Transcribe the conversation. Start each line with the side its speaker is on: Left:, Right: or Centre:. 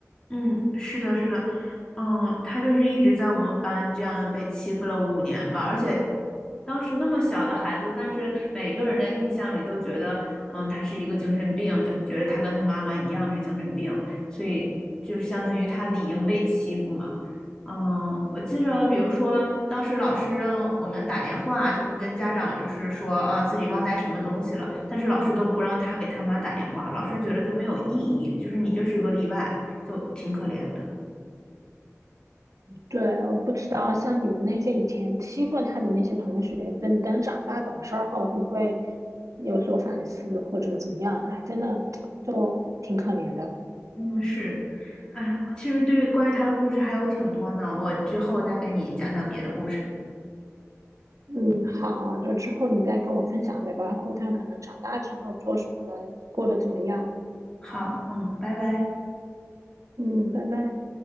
Left: 嗯，是的，是的，嗯，他就是一直在我们班这样被欺负了五年吧，而且当时那么小的孩子，但是每个人的印象里都觉得，嗯，他是一个精神病，就觉得他跟他妈妈一样是精神病，所以就相当于他理应被欺负嘛。嗯，我记着，比如说当时老师让我们打电话，就是跟家长就是说啊自己忘带什么东西了，但是老师都不让他给他妈打电话，老师觉得就没有意义，就是你就是一个例外。就挺可怜的。
Right: 对，我不知道像你们那些以前欺负他的那些同学，等等长大懂事儿后会不会有所反思或者怎么样？哎，真的就挺可怜的。
Left: 嗯，是，哎，其实对关于他的故事还有挺多呢，我之后再跟你讲讲别的故事。
Right: 嗯，好，就之后你再跟我分享呗，包括他可能长大之后做什么了，过得怎么样。
Left: 好，嗯，拜拜。
Right: 嗯，拜拜。